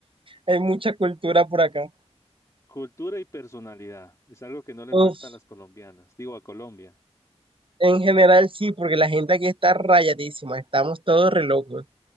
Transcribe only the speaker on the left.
Cultura y personalidad es algo que no le
falta a las colombianas, digo a Colombia.